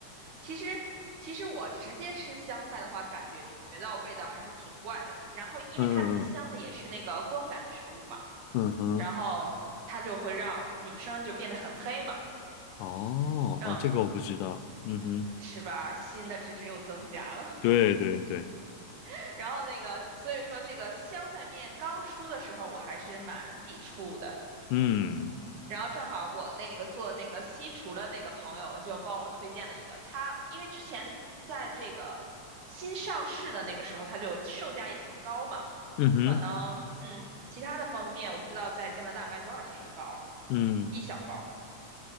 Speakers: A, on the right; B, on the left.
A: 其实其实我直接吃香菜的话，感觉到味道还是挺怪的。然后，因为它那个香菜也是那个光感食物嘛，
B: 嗯嗯嗯嗯哼，
A: 然后它就会让女生就变得很黑嘛。
B: 哦哦，
A: 嗯，
B: 这个我不知道。嗯哼，
A: 是吧？新的知识又增加了。
B: 对对对，
A: <laughs> 然后那个，所以说这个香菜面刚出的时候，我还是蛮抵触的。
B: 嗯
A: 然后正好我那个做那个西厨的那个朋友就帮我推荐了一个，他因为之前在这个新上市的那个时候，它就售价也很高嘛，
B: 嗯哼
A: 可能嗯，其他的方便面我不知道在加拿大卖多少钱一包儿，
B: 嗯
A: 一小包儿。